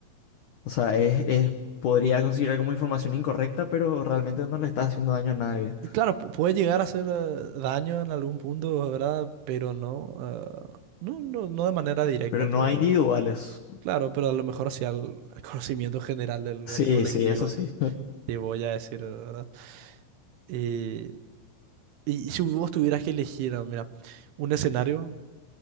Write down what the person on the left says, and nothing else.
O sea, es, es, podría considerar como información incorrecta, pero realmente no le está haciendo daño a nadie.
Pero
no
hay
individuales.
Sí,
sí, eso sí.